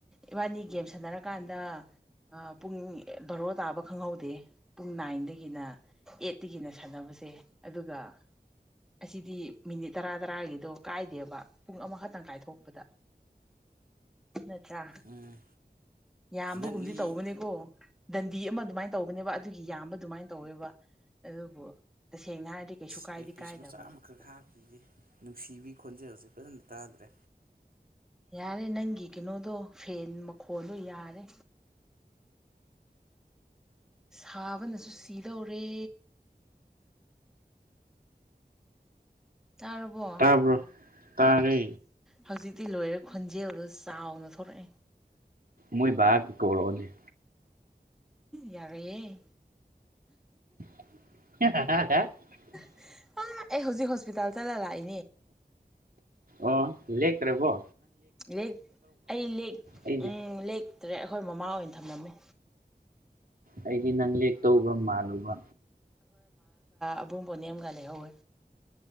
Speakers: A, in the centre; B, on the right (about 60°).
A: ꯏꯕꯥꯅꯤ ꯒꯦꯝ ꯁꯥꯟꯅꯔꯀꯥꯟꯗ ꯄꯨꯡ ꯕꯥꯔꯣ ꯇꯥꯕ ꯈꯪꯍꯧꯗꯦ ꯄꯨꯡ ꯅꯥꯏꯟꯗꯒꯤꯅ ꯑꯩꯠꯇꯒꯤꯅ ꯁꯥꯟꯅꯕꯁꯦ ꯑꯗꯨꯒ ꯑꯁꯤꯗꯤ ꯃꯤꯅꯤꯠ ꯇꯔꯥ ꯇꯔꯥꯒꯤꯗꯣ ꯀꯥꯏꯗꯦꯕ ꯄꯨꯡ ꯑꯃꯈꯛꯇꯪ ꯀꯥꯏꯊꯣꯛꯄꯗ ꯅꯠꯇ꯭ꯔꯥ
B: ꯎꯝ
A: ꯌꯥꯝꯕꯒꯨꯝꯗꯤ
B: ꯅꯠꯂꯤ
A: ꯇꯧꯕꯅꯦꯀꯣ ꯗꯟꯗꯤ ꯑꯃ ꯑꯗꯨꯃꯥꯏꯅ ꯇꯧꯕꯅꯦꯕ ꯑꯗꯨꯒꯤ ꯌꯥꯝꯕ ꯑꯗꯨꯃꯥꯏꯅ ꯇꯧꯋꯦꯕ ꯑꯗꯨꯕꯨ ꯇꯁꯦꯡꯅ ꯍꯥꯏꯔꯗꯤ ꯀꯩꯁꯨ ꯀꯥꯏꯗꯤ
B: ꯑꯦꯌꯥꯔꯄꯤꯁ
A: ꯀꯥꯏꯗꯕꯅꯦꯕ
B: ꯃꯆꯥ ꯑꯃꯈꯛ ꯍꯥꯞꯄꯒ ꯅꯨꯡꯁꯤꯕꯤ ꯈꯣꯟꯖꯦꯜꯁꯦ꯫ ꯐꯖꯅ ꯇꯥꯗ꯭ꯔꯦ
A: ꯌꯥꯔꯦ ꯅꯪꯒꯤ ꯀꯅꯣꯗꯣ ꯐꯦꯟ ꯃꯈꯣꯜꯂꯣ ꯌꯥꯔꯦ ꯁꯥꯕꯅꯁꯨ ꯁꯤꯗꯧꯔꯦ ꯇꯥꯔꯕꯣ ꯄ
B: ꯇꯥꯕ꯭ꯔꯣ ꯇꯥꯔꯦ
A: ꯍꯧꯖꯤꯛ ꯛꯇꯤ ꯂꯣꯏꯔꯦ ꯈꯣꯟꯖꯦꯜꯗꯨ ꯆꯥꯎꯅ ꯊꯣꯔꯛꯑꯦ
B: ꯃꯣꯏ ꯇꯧꯔꯣꯅꯦ
A: ꯌꯥꯔꯣꯏꯑꯍꯦ
B: <unintelligible>
A: ꯑ ꯑꯦꯍ ꯍꯧꯖꯤꯛ ꯍꯣꯁꯄꯤꯇꯥꯜ ꯇ ꯂ ꯂꯥꯛꯏ
B: ꯑꯣ ꯂꯦꯔꯕꯣ
A: ꯂꯩ ꯑꯩ ꯂꯦ
B: ꯑꯩꯗꯤ
A: ꯎꯝ ꯂ ꯇ꯭ꯔꯦ ꯑꯩꯈꯣꯏ ꯃꯃꯥ ꯑꯣꯏꯅ ꯊꯝꯂꯝꯃꯤ
B: ꯑꯩꯗꯤ ꯅꯪꯂ ꯂꯦꯛ ꯇꯧꯕ ꯃꯥꯜꯂꯨꯕ
A: ꯑꯕꯨꯡ ꯄꯣꯅꯤꯦꯝꯒ ꯂꯩꯍꯧꯋꯦ